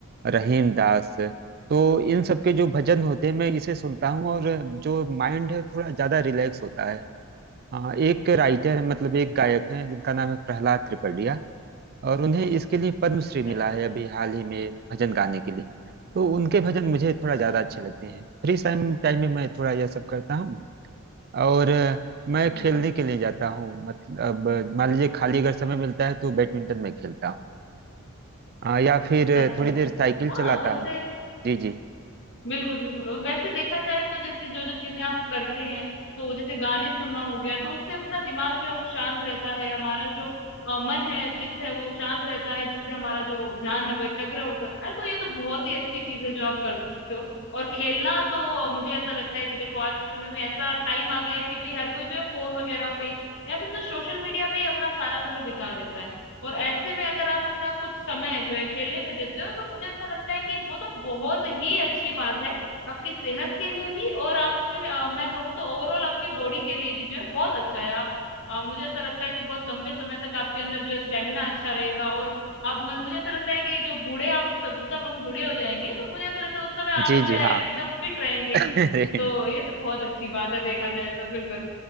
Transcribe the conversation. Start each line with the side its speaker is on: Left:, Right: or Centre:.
Right: रहीम दास तो इन सब के जो भजन होते हैं मैं इसे सुनता हूँ और जो माइंड है थोड़ा ज्यादा रिलैक्स होता है हाँ एक राइटर है मतलब एक गायक है जिनका नाम है प्रहलाद त्रिपाठिया और उन्हें इसके लिए पद्मश्री मिला
Left: अच्छा
Right: है अभी हाल ही में भजन गाने के लिए तो उनके भजन मुझे थोड़ा ज़्यादा
Left: अच्छा अच्छा
Right: अच्छे लगते हैं फ्री टाइम टाइम में मैं थोड़ा यह सब करता हूँ और अ, मैं
Left: हाँ
Right: खेलने
Left: हाँ
Right: के लिए जाता हूँ मतलब अ, मान लीजिए खाली अगर समय मिलता है तो बैडमिंटन में खेलता हूँ अ, या फिर
Left: अच्छा
Right: थोड़ी देर साइकिल
Left: हाँ
Right: चलाता
Left: वैसे
Right: हूँ जी जी
Left: बिल्कुल बिल्कुल और वैसे देखा जाए तो जैसे जो जो चीजें आप करते हैं तो जैसे गाने सुनना हो गया तो उससे अपना दिमाग जो है वो शांत रहता है हमारा जो अ, मन है चित्त है वो शांत रहता है जिससे हमारा जो ध्यान है वो एकाग्र हो सकता है तो ये तो बहुत ही अच्छी चीज है जो आप करते हो और खेलना तो अ, मुझे ऐसा लगता है कि देखो आज के समय में ऐसा टाइम आ गया है कि भाई हर कोई जो है फोन वगैरह पे या फिर तो सोशल मीडिया पे ही अपना सारा समय बिता देता है और ऐसे में अगर आप अपना कुछ समय जो है खेलने में देते हो तो मुझे ऐसा लगता है कि वो तो बहुत ही अच्छी बात है आपकी सेहत के लिए भी और आपके अ, मैं कहूँ तो ओवरऑल आपकी बॉडी के लिए भी जो है बहुत अच्छा है आप अ, मुझे ऐसा लगता है कि बहुत लंबे समय तक आपके अंदर जो है स्टेमिना अच्छा रहेगा और अब म- मुझे ऐसा लगता है कि जो बूढ़े आप सब सब हम बूढ़े हो जाएंगे तो मुझे ऐसा लगता है उस समय
Right: जी
Left: आप जो
Right: जी
Left: है
Right: हाँ
Left: एकदम फिट रहेंगे
Right: <laughs> अरे
Left: तो ये तो बहुत अच्छी बात है देखा जाए तो बिल्कुल